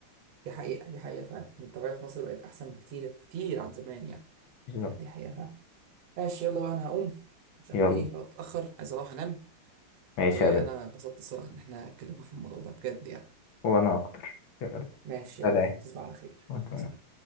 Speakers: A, on the right (about 75°); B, on the left (about 70°).
A: دي حقيقة دي حقيقة فعلا يعني الطبيعة في مصر بقت أحسن بكتير كتير عن زمان يعني
B: بالظبط
A: لا، دي حقيقة فعلا ماشي يلا بقى أنا هقوم عشان
B: يلا
A: إيه بقى أتأخر عايز أروح أنام
B: ماشي
A: وأنا
B: يا بنت
A: اتبسطت الصراحة إن إحنا اتكلمنا في الموضوع ده بجد يعني
B: وانا اكتر يلا.
A: ماشي
B: سلام
A: يلا تصبح على خير
B: وأنت
A: يلا سلام